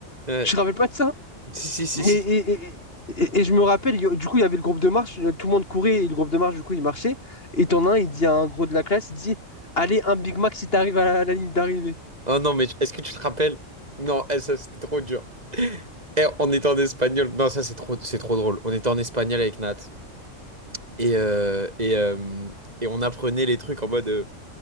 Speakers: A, on the right; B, on the left.
A: Ouais.
B: Tu te rappelles pas de ça?
A: Si, si, si, si,
B: Et, et- et- et- et je me rappelle, il y a- du coup, il y avait le groupe de marche, euh, tout le monde courait et le groupe de marche, du coup, il marchait. Et t'en as un, il dit à un gros de la classe, il dit, Allez, un Big Mac si t'arrives à la, à la ligne d'arrivée.
A: Oh non, mais est-ce que tu te rappelles? Non, eh, ça c'était trop dur. Eh, on était en espagnol. Non, ça c'est trop, c'est trop drôle. On était en espagnol avec Nat. Et, euh, et, euh, et on apprenait les trucs en mode euh,